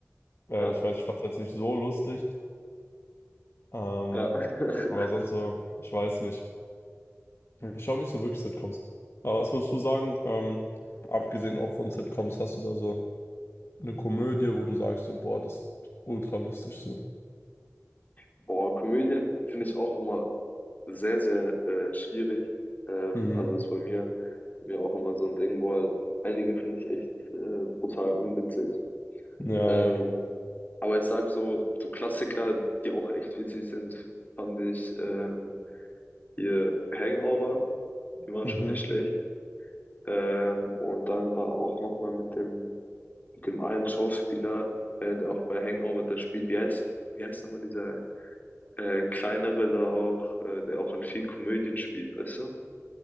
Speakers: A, on the left; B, on the left.
A: äh,
B: Ja,
A: ich weiß, ich fand es jetzt nicht so lustig, ähm,
B: ja. <laughs>
A: aber sonst so, ich weiß nicht. Ich schaue nicht so wirklich Sitcoms. Aber was würdest du sagen, ähm, abgesehen auch von Sitcoms, hast du da so eine Komödie, wo du sagst, so, boah, das ist ultra lustig so?
B: Boah, Komödien finde ich auch immer sehr, sehr äh, schwierig. Ähm,
A: Mhm.
B: also ist bei mir, mir auch immer so ein Ding, boah, einige finde ich echt äh, brutal unwitzig.
A: Ja,
B: Ähm,
A: ja.
B: aber ich sag so, so Klassiker, die auch echt witzig sind, fand ich ähm, hier Hangover, die waren
A: Mhm.
B: schon nicht schlecht. Ähm, und dann war auch nochmal mit dem, mit dem einen Schauspieler, äh, der auch bei Hangover das spielt, wie heißt, wie heißt nochmal dieser äh, kleinere da auch, äh, der auch in vielen Komödien spielt, weißt du?